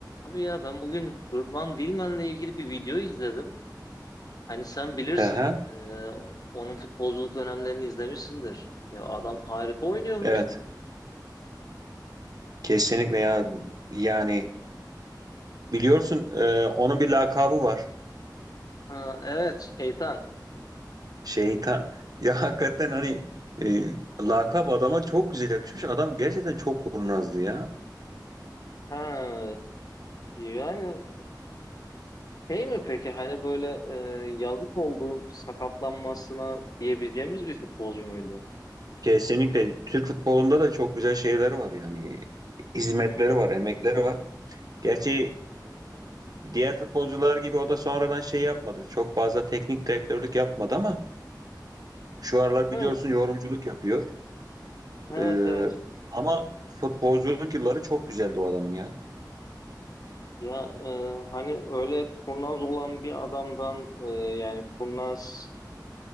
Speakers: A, on the left; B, on the right.
A: Abi ya ben bugün Rıdvan Dilmen'le ilgili bir video izledim. Hani sen bilirsin,
B: Hı hı,
A: e, onun futbolculuk dönemlerini izlemişsindir. Ya adam harika oynuyormuş.
B: evet. Kesinlikle ya. Yani biliyorsun e, onun bir lakabı var.
A: Ha, evet, Keytan.
B: Şeytan. <laughs> Ya hakikaten hani e, lakap adama çok güzel yakışmış. Adam gerçekten çok kurnazdı ya.
A: Ha, yani şey mi peki hani böyle e, yazık oldu sakatlanmasına diyebileceğimiz bir futbolcu muydu?
B: Kesinlikle Türk futbolunda da çok güzel şeyleri var yani. Hizmetleri
A: Hı,
B: var, emekleri var. Gerçi e, diğer futbolcular gibi o da sonradan şey yapmadı. Çok fazla teknik direktörlük yapmadı ama şu aralar
A: Evet,
B: biliyorsun yorumculuk yapıyor.
A: evet,
B: Ee,
A: evet.
B: ama futbolculuk yılları çok güzeldi o adamın ya.
A: Ya e, hani öyle kurnaz olan bir adamdan e, yani kurnaz